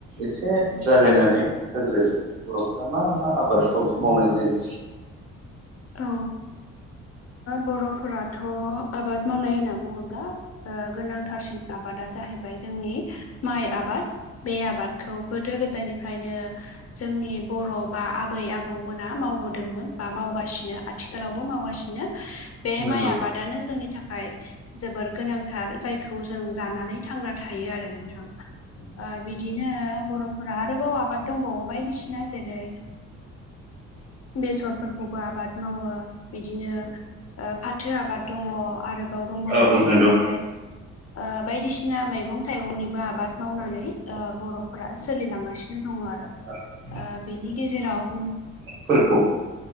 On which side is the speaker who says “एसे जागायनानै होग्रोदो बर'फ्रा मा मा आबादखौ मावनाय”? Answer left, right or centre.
Right